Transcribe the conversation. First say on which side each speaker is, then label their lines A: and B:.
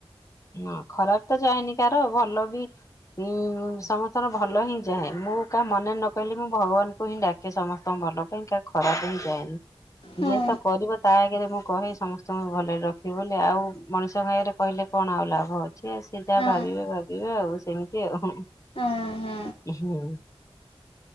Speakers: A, on the left (about 30°); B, on the left (about 65°).
A: ନା ଖରାପ ତ ଚାହେଁନି କାର ଭଲ ବି ଉଁ, ସମସ୍ତଙ୍କର ଭଲ ହିଁ ଚାହେଁ, ମୁଁ କାହା ମନରେ ନ କହିଲେ ମୁଁ ଭଗବାନଙ୍କୁ ହିଁ ଡାକେ ସମସ୍ତଙ୍କ ଭଲ ପାଇଁ କା ଖରାପ ହିଁ ଚାହେଁନି,
B: ହୁଁ
A: ଯିଏ ତ କରିବ ତା ଆଗରେ ମୁଁ କହେ ସମସ୍ତଙ୍କୁ ଭଲରେ ରଖିବ ବୋଲି, ଆଉ ମଣିଷଙ୍କ ଆଗରେ କହିଲେ କଣ ଆଉ ଲାଭ। ଛି ସେ ଯାହା
B: ହୁଁ
A: ଭାବିବେ
B: ହୁଁ
A: ଭାବ କିଏ ଆଉ ସେମତି ଆଉ ହୁଁ,
B: ହୁଁ ହୁଁ
A: ଉହୁଁ।